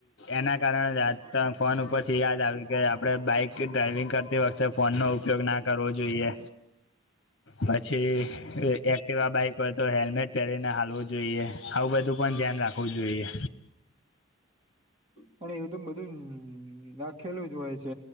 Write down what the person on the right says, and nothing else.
પણ એવુ તો બધુ ઊઊ... નખેલું જ હોય છે